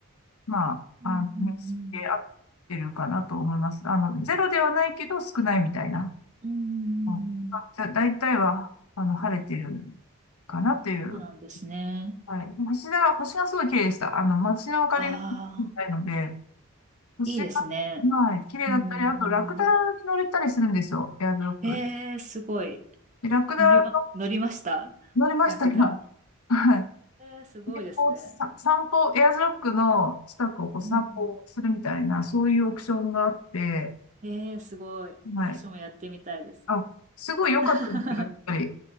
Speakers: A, on the left; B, on the right.
A: まあ、
B: うんう
A: あの、認識で合ってるかなと思います。
B: ん
A: あの、ゼロではないけど少ないみたいな。
B: うん。うんうんうん。
A: うん、じゃ大体は、あの、晴れてるかなっていう。
B: そうなんですね。
A: はい。星が、星がすごい綺麗でした。あの、街の明かりが
B: ああ、
A: ないので、星が、
B: いいですね。
A: はい、綺麗だったり、
B: うんうん
A: あとラクダに乗れたりするんですよ。エアドロップ。
B: うん。えー、すごい。
A: ラクダの
B: 乗りま、乗りました。
A: 乗りましたが、
B: ラクダ。
A: <laughs> はい。
B: えー、すごいですね。
A: で、こう、さ、散歩、エアーズロックの近くをこう散歩するみたいな、
B: うん
A: そういうオプションがあって、
B: うん、えー、すごい。
A: はい。
B: 私もやってみたいです。
A: あ、すごい良かったんですけど、
B: <laughs>
A: やっぱり、